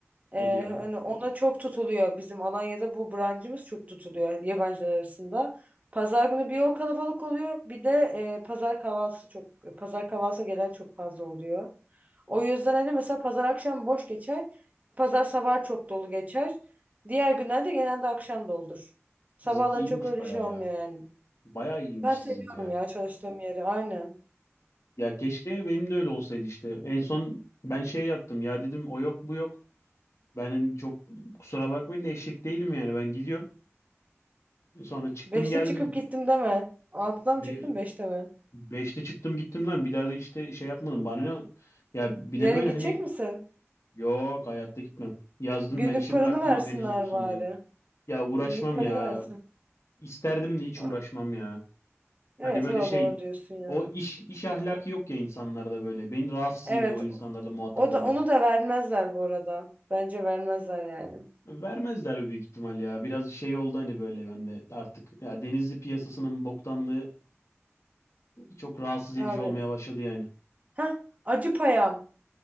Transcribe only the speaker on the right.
Ee,
hani ona çok tutuluyor. Bizim Alanya'da bu brancımız çok tutuluyor yani yabancılar arasında. Pazar günü bir o kalabalık oluyor. Bir de e, pazar kahvaltısı çok pazar kahvaltısı gelen çok fazla oluyor. O yüzden hani mesela pazar akşam boş geçer. Pazar sabah çok dolu geçer. Diğer günlerde genelde akşam doludur. Sabahları
çok öyle
şey olmuyor
yani.
Ben seviyorum
ya çalıştığım yeri. Aynen.
Beşte
çıkıp gittim deme. Altıda mı
çıktın beşte mi?
Yarın
gidecek
misin?
Günlük
paranı
versinler
bari.
Günlük paranı
versin.
Aa,
Evet
o da
doğru diyorsun ya.
Evet
o
da onu da vermezler bu arada. Bence vermezler yani.
Abi.
Ha acı payam.